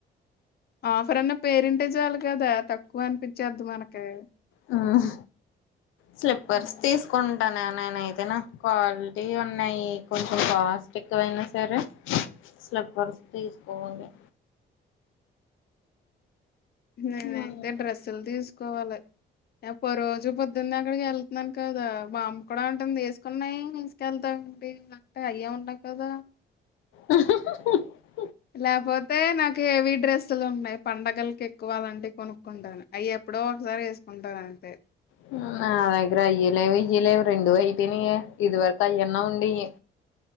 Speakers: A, on the left (about 50°); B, on the left (about 80°).
A: ఆఫర్ అన్న పేరింటే చాలు కదా తక్కువ అనిపించేద్దు మనకి
B: హ్మ్ స్లిప్పర్స్
A: ఉమ్.
B: తీసుకుంటాను అ నేన అయితే నా క్వాలిటీ ఉన్నాయి కొంచెం కాస్ట్ ఎక్కువైనా సరే స్లబర్స్ తీసుకోవాలి
A: నేను
B: మ్మ్
A: అయితే డ్రెస్సులు తీసుకోవాలి ఆ ప రోజు పొద్దున్న అక్కడికి కెళ్తున్నాను కదా బంమ్కూడా అంటుంది ఏసుకున్నాయి ఎసుకెళ్తా ఏంటి అంటే అయ్యే ఉన్నాయి కథ
B: అహ్ ఆహాహా
A: లేపోతే నాకు హెవీ డ్రెస్ స్తులు ఉన్నాయి పండగల్కి ఎక్కువాలంటే కొనుక్కుంటాను అవి ఎప్పుడో ఒకసారి యేసుకుంటను అంతే
B: హ్మ్ నా దగ్గర అయ్యలేవు ఇయ్యలేవు రెండు అయిపోయినాయి ఇది వరకు అయ్యన్నా ఉండేవి